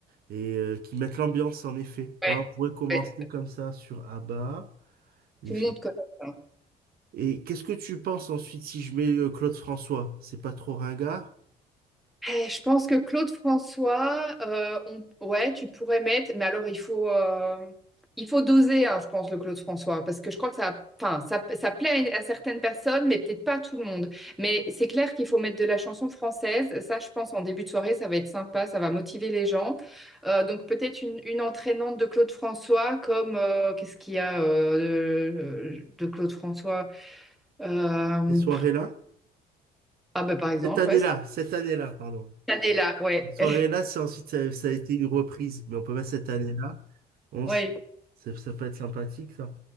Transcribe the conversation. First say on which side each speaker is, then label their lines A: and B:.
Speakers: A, on the right (about 60°); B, in the centre.
A: et euh, qui mettent l'ambiance en effet.
B: ouais.
A: Ouais, on pourrait commencer
B: ouais.
A: comme ça sur ABBA. Et,
B: Tu les as de connaître, hein.
A: et qu'est-ce que tu penses ensuite si je mets euh, Claude François? C'est pas trop ringard,
B: Eh, Je pense que Claude François, euh, on- ouais, tu pourrais mettre, mais alors il faut, euh, il faut doser, hein, je pense, le Claude François, parce que je crois que ça, enfin, ça, ça plaît à, à certaines personnes, mais peut-être pas à tout le monde. Mais c'est clair qu'il faut mettre de la chanson française. Ça, je pense, en début de soirée, ça va être sympa, ça va motiver les gens. Euh, donc peut-être une, une entraînante de Claude François, comme euh, qu'est-ce qu'il y a euh, de, de Claude François? Euh,
A: ces soirées-là?
B: ah ben par exemple,
A: Cette année-là,
B: ouais, cette
A: cette année-là, pardon.
B: année-là, ouais.
A: Cette soirée-là,
B: <laughs>
A: c'est ensuite ça, ça a été une reprise, mais on peut mettre cette année-là. On s-
B: Oui,
A: ça ça peut être sympathique ça.